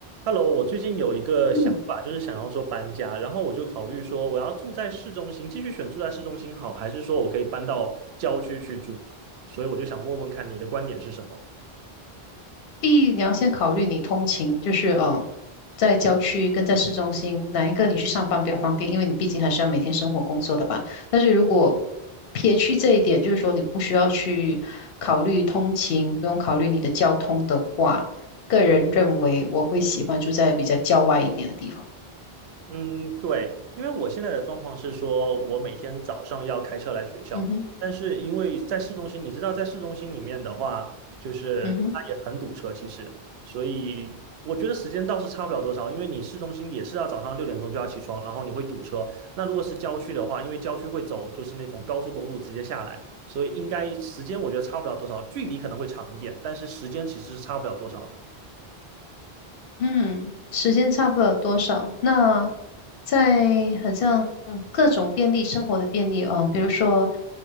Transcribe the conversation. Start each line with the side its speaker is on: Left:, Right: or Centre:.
Right: Hello，我最近有一个想法，
Left: 嗯，
Right: 就是想要说搬家，然后我就考虑说，我要住在市中心，继续选住在市中心好，还是说我可以搬到郊区去住？所以我就想问问看你的观点是什么。
Left: 第一你要先考虑你通勤，就是呃，在郊区跟在市中心哪一个你去上班比较方便，因为你毕竟还是要每天生活工作的吧。但是如果撇去这一点，就是说你不需要去考虑通勤，不用考虑你的交通的话，个人认为我会喜欢住在比较郊外一点的地方。
Right: 嗯，对，因为我现在的状况是说，我每天早上要开车来学校，
Left: 嗯哼，
Right: 但是因为在市中心，你知道，在市中心里面的话，就是它也很堵车，
Left: 嗯哼。
Right: 其实，所以我觉得时间倒是差不了多少，因为你市中心也是要早上六点钟就要起床，然后你会堵车。那如果是郊区的话，因为郊区会走就是那种高速公路直接下来，所以应该时间我觉得差不了多少，距离可能会长一点，但是时间其实是差不了多少的。
Left: 嗯，时间差不了多少。那在很像嗯各种便利生活的便利啊，比如说，